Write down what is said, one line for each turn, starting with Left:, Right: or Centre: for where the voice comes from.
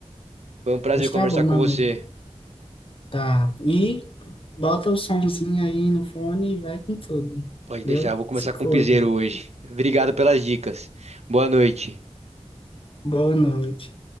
Right: Foi um prazer
Left: está
Right: conversar
Left: bom, meu
Right: com você.
Left: amigo. Tá. E bota o somzinho aí no fone e vai com tudo.
Right: Pode
Left: Viu?
Right: deixar, vou começar
Left: Se cuida.
Right: com o piseiro hoje. Obrigado pelas dicas. Boa noite.
Left: Boa noite.